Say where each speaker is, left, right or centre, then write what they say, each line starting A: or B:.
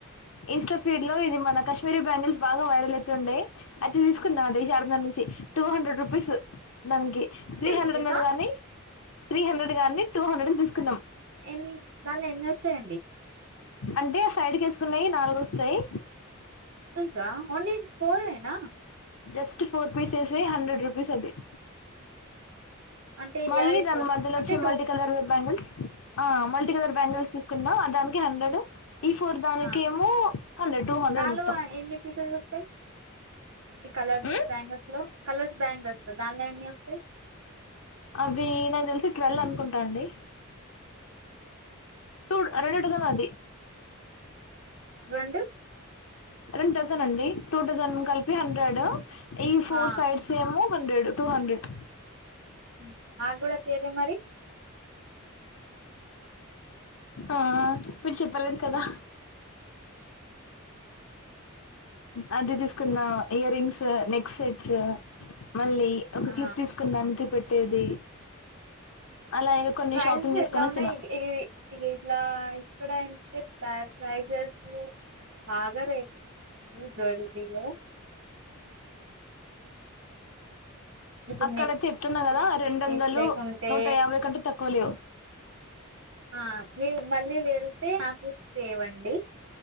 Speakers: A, on the left; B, on the right.
A: ఇన్స్టా ఫీడ్ లొ. లో ఇది మన కశ్మీరి బ్యాంగిల్స్ బాగ వైరల్ అయితుండే అయితే తీస్కున్న అదె షారద నుంచి టూ హండ్రెడ్ రుప్. పిస్స్. దానికి త్రీ హండ్రెడ్
B: రూపీసా?
A: అన్నాడు గానీ త్రీ హండ్రెడ్ గాని టూ హండ్రెడ్ కి తీసుకున్నాం
B: ఎన్ దానిలో ఎన్ని ఒచ్చాయండి
A: అంటే సైడ్కేసుకున్నాయ్ నాలుగోస్తయ్
B: ద ఓన్లీ ఫోర్ ఏ నా
A: జస్ట్ ఫోర్ పీసెస్ హె హండ్రెడ్ రూపీస్ పడ్డాయ్
B: అంటే
A: మళ్ళీ దాని మధ్యలొచ్చే
B: అంటే
A: మల్టీ కలర్ బ్యాంగిల్స్ ఆ మల్టీకలర్ బ్యాంగిల్స్ తీసుకున్నా దానికి హండ్రెడ్ ఈ ఫోర్ దానికేమో
B: ఆ!
A: హండ్రెడ్ టూ హండ్రెడ్
B: దానిలో
A: మొత్తం
B: ఎన్ని పీసెస్ వస్తాయి? ఈ కలర్స్
A: ఉమ్,
B: బ్యాంగల్స్ లో కలర్స్ బ్యాంగల్స్ లో దాన్ట్లో ఎన్ని ఒస్తాయ్
A: అవి నాకు తెలిసి ట్వెల్ అనుకుంటా అండి టూ రెండు డజన్లు అవి
B: రొండు
A: రెండు డజన్ అండి టూ డజన్ కలిపి హండ్రెడ్ ఈ ఫోర్
B: ఆ
A: సైడ్స్ ఏమొ హండ్రెడ్ టూ హండ్రెడ్
B: మ్ మాక్కూడా తేలె మరి
A: ఆ మీరు చెప్పలేదు కదా అది తీసుకున్న ఇయర్ రింగ్స్ నెక్ సెట్స్ మళ్ళీ ఒక
B: ఆ
A: క్లిప్ తీసుకున్నం క్ పెట్టేది అలాగే కొన్ని
B: ప్రైజెస్
A: షాపింగ్ చేసుకొని
B: ఎట్లా
A: వచ్చిన
B: ఉన్నాయి ఇవి ఇట్లా ఇక్కడ అంటే ప్ర ప్రైజెస్ స్ బాగా రేట్ మ్ జువెల్లరీలో ఇప్పుడు
A: అక్కడ
B: నెక్
A: చెప్తున్నా కదా రెండొందలు
B: పీస్ లేకుంటే
A: నూట యాభై కంటె తక్కువ లేవు
B: ఆ మీరు మళ్ళీ వెళ్తే నాకు తేవండి